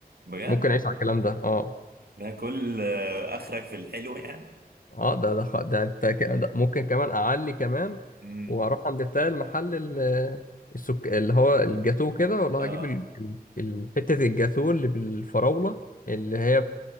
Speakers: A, on the right (about 70°); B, on the left (about 55°).
A: بجد
B: ممكن اعيش على الكلام ده اه
A: ده كل آه، اخرك في الحلو يعني
B: اه ده ده خ- ده انت ك- ده ممكن كمان اعلي كمان
A: امم
B: واروح عند بتاع المحل ال- السك... اللي هو الجاتوه كده والله
A: اه
B: هجيب ال... ال- ال- حتة الجاتوه اللي بالفراولة اللي هي ب-